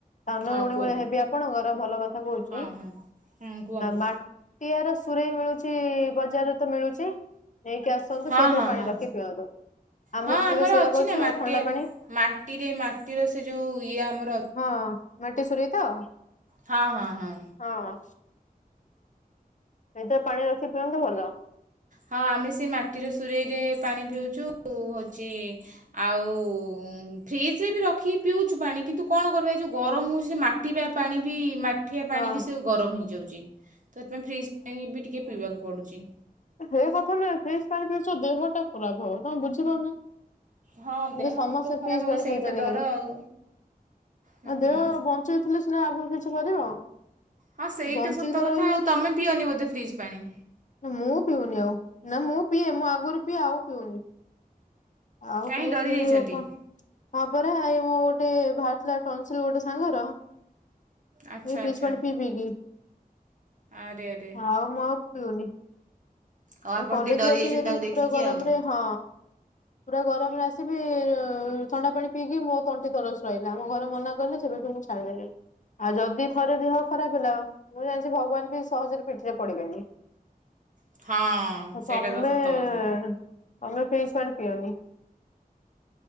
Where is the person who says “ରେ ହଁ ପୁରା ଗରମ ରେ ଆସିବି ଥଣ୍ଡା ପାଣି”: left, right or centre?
Left